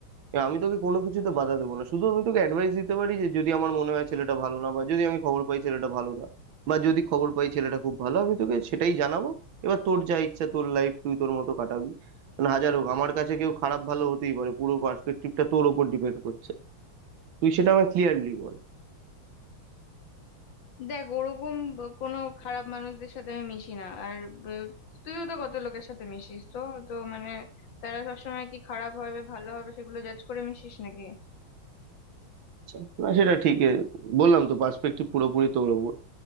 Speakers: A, on the right; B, on the left.
A: এবার আমি তোকে কোনো কিছুতে বাধা দেবো না শুধু আমি তোকে অ্যাডভাইস দিতে পারি যে যদি আমার মনে হয় ছেলেটা ভালো না বা যদি আমি খবর পাই ছেলেটা ভালো না বা যদি খবর পাই ছেলেটা খুব ভালো আমি তোকে সেটাই জানাবো এবার তোর যা ইচ্ছা তোর লাইফ তুই তোর মতো কাটাবি মানে হাজার হোক আমার কাছে কেউ খারাপ ভালো হতেই পারে পুরো পার্সপেক্টিভটা তোর ওপর ডিপেন্ড করছে তুই সেটা আমায় ক্লিয়ারলি বল
B: দেখ ওরকম ব- কোনো খারাপ মানুষদের সাথে আমি মিশি না আর ব- তুইও তো কত লোকের সাথে মিশিস তো তো মানে তারা সবসময় কি খারাপ হবে ভালো হবে সেগুলো জাজ করে মিশিস নাকি
A: আচ্ছা, না সেটা ঠিক এ, বললাম তো পার্সপেক্টিভ পুরোপুরি তোর ওপর